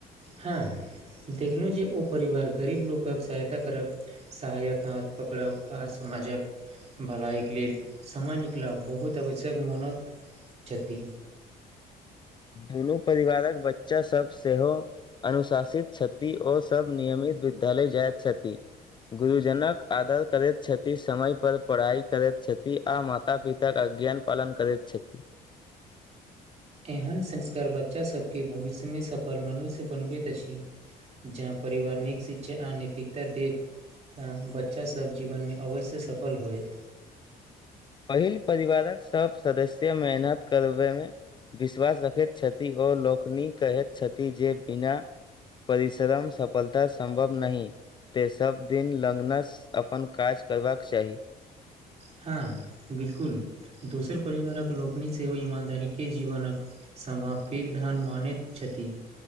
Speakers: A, on the right; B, on the left.
A: हां देखलौ जे ओ परिवार गरीब लोकक सहायता करब सहायक हाथ पकड़ब आ समाजक भलाइके लेल समय निकलब बहुत अवश्यक मोनत छति।
B: दुनू परिवारक बच्चा सब सेहो अनुशासित छति ओ सब नियमित विद्यालय जाएत छति। गुरुजनक आदर करैत छथि, समय पर पढ़ाई करैत छथि। आ माता-पिताक अ ज्ञान पालन करैत छथि।
A: एहेन संस्कार बच्चा सबके भविष्यमे सफल मनुष्य बनबैत अछि। जहां परिवार नीक शिक्षा आ नैतिकता देत त बच्चा सब जीवनमे अवश्य सफल होएत
B: पहिल परिवारक सब सदस्य मेहनत करबे मे विश्वास रखैत छथि ओ लोकनी कहैत छथि जे बिना परिश्रम सफलता सम्भव नहि ते सब दिन लगनस अपन काज करबाक चाही।
A: हां बिल्कुल दोसर परिवारक लोकनि सेहो ईमानदारीके जीवनक संभावकिक धन मानैत छथि।